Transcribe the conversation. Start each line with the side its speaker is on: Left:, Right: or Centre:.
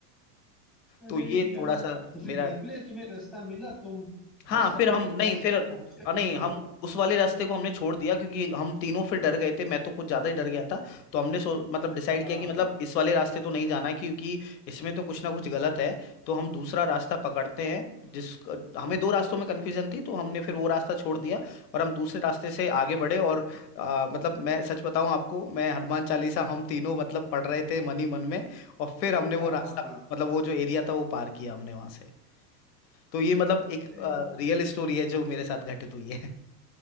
Centre: अरे
Left: तो ये
Centre: यार
Left: थोड़ा सा
Centre: तो फिर
Left: मेरा
Centre: निकले तुम्हें रास्ता मिला तुम
Left: हाँ
Centre: रास्ता
Left: फिर हम
Centre: तुमने
Left: नहीं
Centre: क्रॉस
Left: फिर
Centre: किया
Left: हम्म
Centre: पहुंचे
Left: अ,
Centre: अपनी
Left: नहीं
Centre: जगह
Left: हम उस वाले रास्ते को हमने छोड़ दिया क्योंकि हम तीनों फिर डर गए थे मैं तो कुछ ज्यादा ही डर गया था तो हमने सो मतलब डिसाइड
Centre: हाँ
Left: किया कि मतलब
Centre: हाँ
Left: इस वाले रास्ते तो नहीं जाना है क्योंकि इसमें तो कुछ ना कुछ गलत है तो हम दूसरा रास्ता पकड़ते हैं जिस हमें दो रास्तों में कन्फ्यूजन थी तो हमने फिर वो रास्ता छोड़ दिया और हम दूसरे रास्ते से आगे बढ़े और अ, मतलब मैं सच बताऊं आपको मैं हनुमान चालीसा हम तीनों मतलब पढ़ रहे थे मन ही मन में और फिर हमने
Centre: हाँ
Left: वो रास्ता
Centre: हाँ हाँ
Left: मतलब वो जो एरिया था वो पार किया हमने वहां से तो ये मतलब एक
Centre: अरे यार
Left: रियल स्टोरी है जो मेरे साथ घटित हुई है